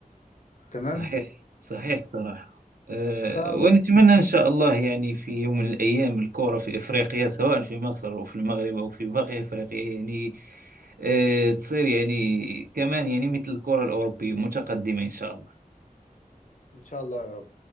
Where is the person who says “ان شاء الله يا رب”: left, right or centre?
Left